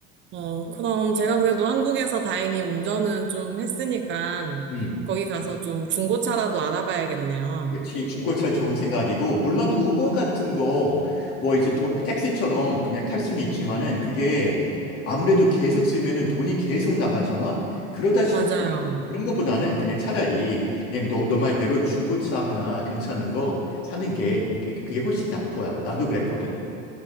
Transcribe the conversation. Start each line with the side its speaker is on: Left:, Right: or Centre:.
Right: 어, 그럼 제가 그래도 한국에서 다행히 운전은 좀 했으니까
Left: 음.
Right: 거기 가서 좀 중고차라도 알아봐야겠네요.
Left: 그치, 중고차 좋은 생각이고, 물론 우버 같은 거, 뭐 이제 도- 택시처럼 그냥 탈 수는 있지만은 그게 아무래도 계속 쓰면은 돈이 계속 나가잖아? 그러다 싶,
Right: 맞아요.
Left: 그런, 그런 거보다는 그냥 차라리 그냥 너, 너 말대로 중고차 하나 괜찮은 거 사는 게 그- 그, 그게 훨씬 나을 거야. 나도 그랬거든.